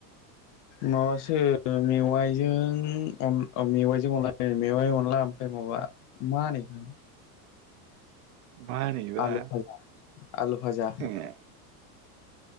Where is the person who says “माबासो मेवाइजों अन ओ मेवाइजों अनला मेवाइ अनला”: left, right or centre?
Left